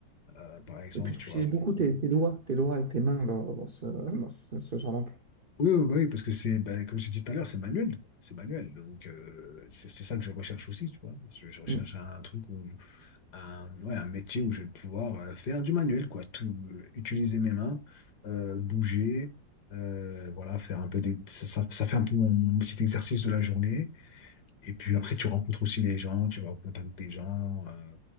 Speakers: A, on the left; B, on the right.
A: euh, par exemple,
B: et puis, tu
A: tu
B: utilises
A: vois.
B: beaucoup tes, tes doigts, tes doigts et tes mains dans, dans ce, dans ce, ce genre d'emploi.
A: Oui, oui, bah oui, parce que c'est, bah, comme j'ai dit tout à l'heure, c'est manuel. C'est manuel. Donc, euh, c'est c'est ça que je recherche aussi, tu vois. Je, je recherche
B: Mm.
A: un truc où un, ouais, un métier où je vais pouvoir euh, faire du manuel, quoi. Tout, euh, utiliser mes mains, euh, bouger, euh, voilà, faire un peu des, ça, ça- ça fait un peu mon, mon petit exercice de la journée. Et puis après, tu rencontres aussi les gens, tu vas au contact des gens, euh,